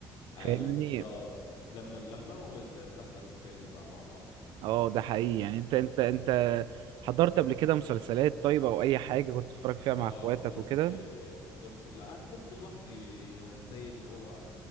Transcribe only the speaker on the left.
ايوه
بالظبط لما اللمه وتحضر فيلم بقى مع بعض
اه
حضرت
حضرت لا انا حضرت لوحدي يعني زي اللي هو